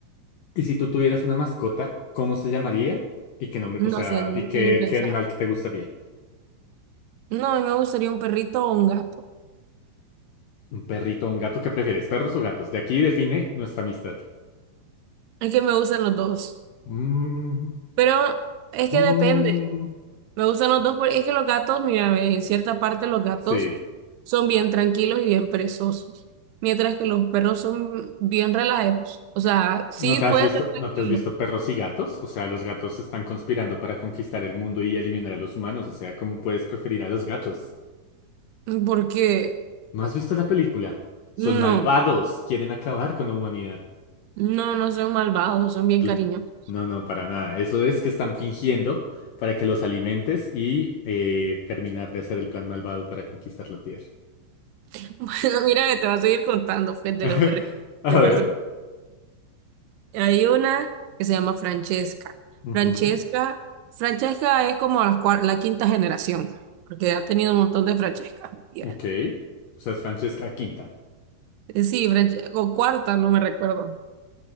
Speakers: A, on the left; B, on the right.
A: Y si tú tuvieras una mascota, ¿cómo se llamaría? ¿Y qué nombre?
B: No
A: O sea,
B: sé, nunca
A: ¿y qué,
B: lo he pensado.
A: qué animal que te gustaría?
B: No, a mí me gustaría un perrito o un gato.
A: ¿Un perrito o un gato? ¿Qué prefieres? ¿Perros o gatos? De aquí define nuestra amistad.
B: Es que me gustan los dos.
A: Mm,
B: Pero es que
A: mm,
B: depende. Me gustan los dos porque es que los gatos, mira, ve, en cierta parte los gatos
A: sí.
B: son bien tranquilos y bien perezosos. Mientras que los perros son bien relajeros. O sea, sí
A: ¿No te
B: pueden
A: has visto,
B: ser tranquilos.
A: no te has visto perros y gatos? O sea, los gatos están conspirando para conquistar el mundo y eliminar a los humanos. O sea, ¿cómo puedes preferir a los gatos?
B: Porque
A: ¿No has visto la película? Son
B: no,
A: malvados, quieren acabar con la humanidad.
B: no, no son malvados, son bien
A: Cl-
B: cariñosos.
A: No, no, para nada. Eso es que están fingiendo para que los alimentes y eh, terminar de hacer el plan malvado para conquistar la Tierra.
B: <laughs> Bueno, mira, te voy a seguir contando, Fede, de
A: <laughs>
B: los perritos.
A: A
B: que
A: ver.
B: me Hay una que se llama Francesca.
A: Ujú.
B: Francesca, Francesca es como la, cuar- la quinta generación, porque ha tenido un montón de Francescas, mi tía.
A: Ok. O sea, es Francesca Quinta.
B: Eh, Sí, Franche- o cuarta, no me recuerdo.